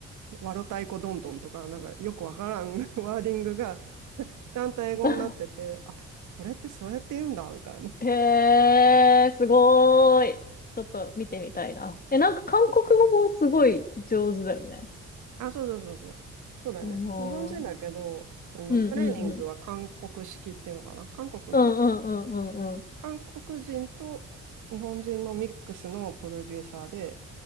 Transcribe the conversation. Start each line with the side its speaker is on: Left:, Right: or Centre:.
Right: わろたいこどんどんとか、なんかよくわからん <laughs> ワーディングが、ちゃんと英語になってて、
Left: <laughs>
Right: あ、これってそうやって言うんだ、みたいな。
Left: へえ、すごーい。ちょっと見てみたいな。え、なんか韓国語もすごい上手だよね。
Right: あ、そうそうそうそう。そうだね。
Left: うん。
Right: 日本人だけど、
Left: うん
Right: そのトレーニングは韓国式っていうのかな。
Left: うんうん。
Right: 韓国の
Left: うんうんうんうんうん。
Right: 韓国人と日本人のミックスのプロデューサーで、